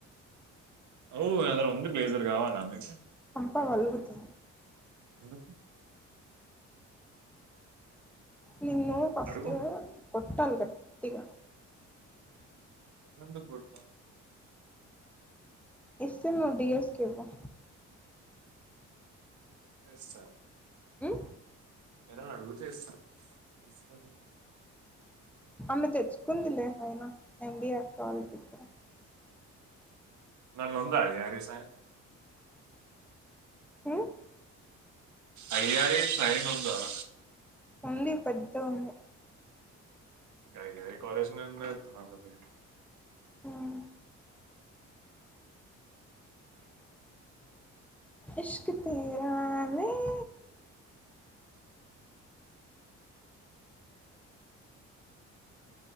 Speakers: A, on the right; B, in the centre.
A: అవు నా దగ్గర ఉంది బ్లేజర్ కావల్నా మీకు
B: చంప పలుగుతది
A: ఎందుకు
B: నిన్ను ఫస్ట్
A: అడుగు
B: కొట్టలీ గట్ టిగ
A: నన్ను ఎందుకు కొడతావ్
B: ఇస్తే నువ్వు డి ఎస్ కేళ్ళు
A: ఇస్త
B: ఉమ్
A: ఎవరన్న అడుగుతే ఇస్త ఇస్త లే
B: అమ్మె తెచ్చుకుందిలే అయిన ఎంబిఏ అక్కవల్ల దగ్గర
A: <unintelligible> యారీ సాయ
B: హ్మ్
A: అయ్యాయి సైన్ ఉండల
B: ఉంది పెద్ద ఉంది
A: గైకియి కాలేజ్ <unintelligible>
B: ఉమ్ ఇష్క్ తేరా మేర